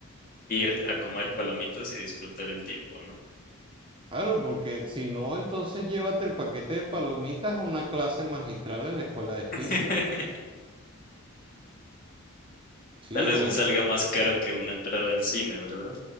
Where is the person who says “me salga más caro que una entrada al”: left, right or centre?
Left